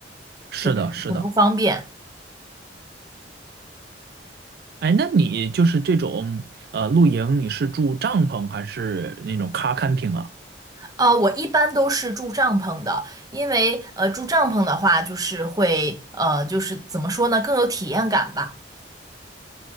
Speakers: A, on the right; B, on the right.
A: 是的，
B: 就是很不方便。
A: 是的。哎，那你就是这种呃露营，你是住帐篷还是那种 car camping 啊？
B: 啊、我一般都是住帐篷的，因为呃住帐篷的话，就是会呃就是怎么说呢，更有体验感吧。